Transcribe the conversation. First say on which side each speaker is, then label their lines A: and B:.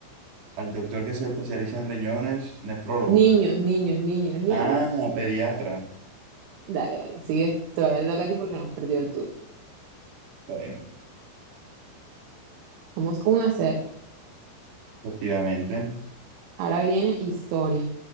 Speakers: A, on the right; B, on the right.
A: Al doctor que se especializa en riñones, nefrólogo.
B: Niños, niños, niños, niños.
A: Ah, pediatra.
B: Dale, bueno, sigue, todavía te toca a ti porque no has perdido el turno.
A: Está bien,
B: Vamos uno a cero.
A: efectivamente.
B: Ahora viene historia.